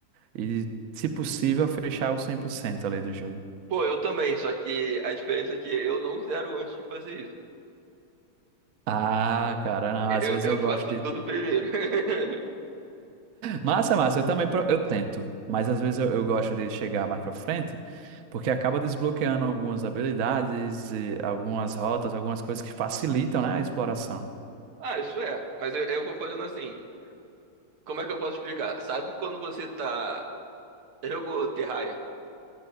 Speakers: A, on the right; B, on the right.
A: e, se possível, fechar o 100% ali do jogo.
B: Pô, eu também, só que a diferença é que eu não zero antes de fazer isso.
A: Ah, cara, não,
B: Eu,
A: às vezes
B: eu
A: eu gosto
B: faço
A: de
B: tudo primeiro. <laughs>
A: Massa, massa. Eu também pro- eu tento, mas às vezes eu, eu gosto de chegar mais pra frente, porque acaba desbloqueando algumas habilidades, e algumas rotas, algumas coisas que facilitam, né, a exploração.
B: Ah, isso é. Mas eu, eu vou fazendo assim. Como é que eu posso explicar? Sabe quando você tá. Jogou Terraria?